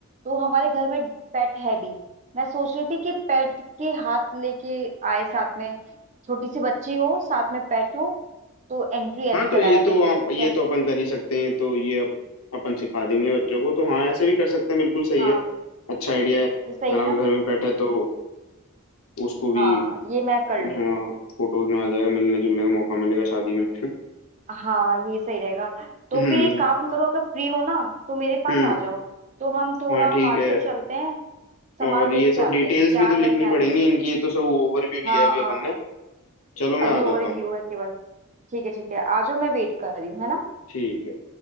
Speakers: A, on the right; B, on the left.
A: तो हमारे घर में पेट है भी मैं सोच रही थी कि पेट के हाथ लेके आए साथ में छोटी सी बच्ची हो साथ में पेट हो तो एंट्री ऐसे
B: हाँ तो
A: कराए
B: ये तो
A: रिंग
B: आप
A: की
B: ये
A: क्या
B: तो अपन कर ही सकते हैं ये तो ये अप, अपन सिखा देंगे बच्चों को तो हाँ ऐसे भी कर सकते हैं बिल्कुल सही
A: हाँ
B: है अच्छा आइडिया है खाना
A: ये सही है ना
B: भी घर में बैठा है तो उसको भी
A: हाँ ये मैं कर लूंगी
B: हाँ फोटोज में आ जाएगा मिलने जुलने का मौका मिलेगा शादी में <laughs>
A: हाँ ये सही रहेगा तो
B: हम्म
A: फिर एक काम करो अगर फ्री हो ना तो मेरे पास
B: हम्म
A: आ जाओ तो हम थोड़ा
B: हाँ ठीक
A: मार्केट
B: है
A: चलते हैं सामान
B: और
A: देख
B: ये सब
A: के आते
B: डिटेल्स
A: हैं क्या
B: भी तो
A: है
B: लिखनी
A: क्या
B: पड़ेंगी
A: नहीं
B: इनकी ये तो सब ओवरव्यू लिया
A: हाँ
B: अभी
A: हाँ
B: अपन ने चलो मैं
A: अभी
B: आ जाता
A: ओवरव्यू
B: हूँ
A: है केवल ठीक है ठीक है आ जाओ मैं वेट कर रही हूँ है ना
B: ठीक है